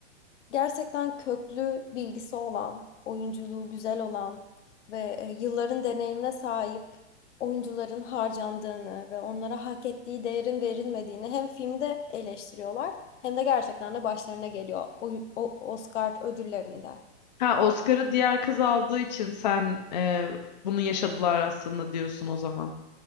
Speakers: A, on the left (about 80°); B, on the left (about 40°).
A: Gerçekten köklü bilgisi olan, oyunculuğu güzel olan ve e, yılların deneyimine sahip oyuncuların harcandığını ve onlara hak ettiği değerin verilmediğini hem filmde eleştiriyorlar hem de gerçekten de başlarına geliyor o, o Oscar ödüllerinde.
B: Ha Oscar'ı diğer kız aldığı için sen e, bunu yaşadılar aslında diyorsun o zaman.